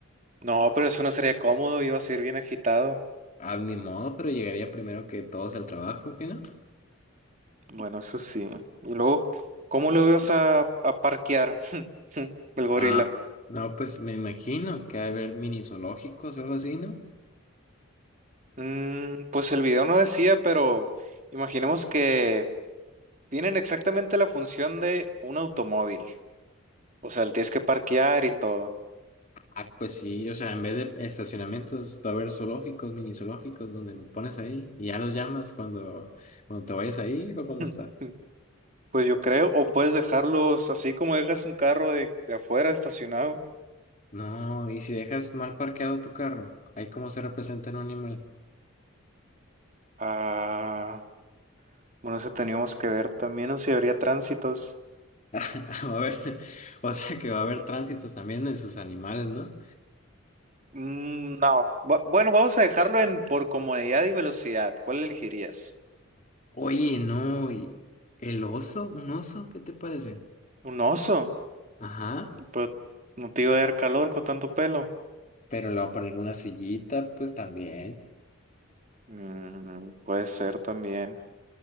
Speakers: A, on the right; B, on the left.
A: No, pero eso no sería cómodo, iba a ser bien agitado.
B: Ah, ni modo, pero llegaría primero que todos al trabajo, ¿qué no?
A: Bueno, eso sí. Y luego, ¿cómo lo ibas a, a parquear <laughs> el gorila?
B: Ah, no, pues me imagino que va a haber mini zoológicos o algo así, ¿no?
A: Mm, pues el video no decía, pero imaginemos que tienen exactamente la función de un automóvil. O sea, le tienes que parquear y todo.
B: Ah, pues sí, o sea, en vez de estacionamientos va a haber zoológicos, mini zoológicos, donde los pones ahí y ya los llamas cuando, cuando te vayas a ir o cómo
A: <laughs>
B: está.
A: Pues yo creo, o puedes dejarlos así como dejas un carro de, de afuera estacionado.
B: No, y si dejas mal parqueado tu carro, ahí cómo se representa en un animal.
A: Ah, bueno, eso teníamos que ver también, o si habría tránsitos.
B: <laughs> Va a haber, <laughs> o sea que va a haber tránsitos también en sus animales, ¿no?
A: Mm, No. Bu- bueno, vamos a dejarlo en por comodidad y velocidad. ¿Cuál elegirías?
B: Oye, no, y el oso, un oso, ¿qué te parece?
A: Un oso.
B: Ajá,
A: Pues no te iba a dar calor con tanto pelo.
B: pero le va a poner una sillita, pues también.
A: Mm, puede ser también.